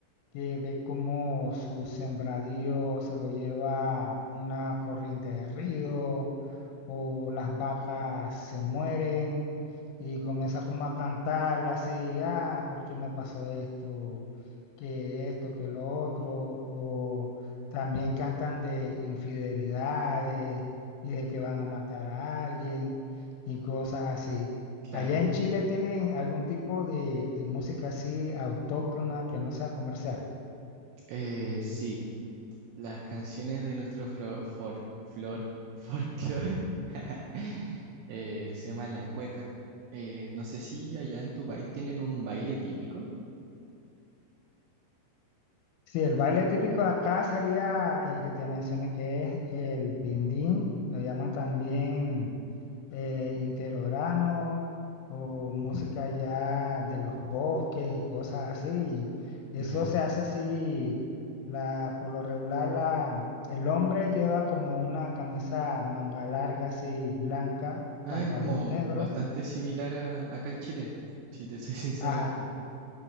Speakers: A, on the left; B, on the right.
A: que ve cómo su sembradío se lo lleva una corriente de río o las vacas se mueren y comienza como a cantarle así, ah, ¿por qué me pasó esto? Que esto, que lo otro, o también cantan de infidelidades y de que van a matar a alguien y cosas así.
B: claro.
A: ¿Allá en Chile tienen algún tipo de, de música así autóctona que no sea comercial?
B: Eh, sí, las canciones de nuestro flor, for, flor, folclor <laughs> eh, se llaman la cueca. Eh, no sé si allá en tu país tienen un baile típico.
A: Sí, el baile típico de acá sería el que te mencioné, que es el pindín, lo llaman también eh, interorano o música ya de los bosques y cosas así. Y
B: Ya.
A: eso se hace así, la, por lo regular la, el hombre lleva como una camisa manga larga así blanca,
B: Ah,
A: pantalón
B: es como
A: negro,
B: bastante similar a acá en Chile, si te soy <laughs> sincero,
A: ajá,
B: como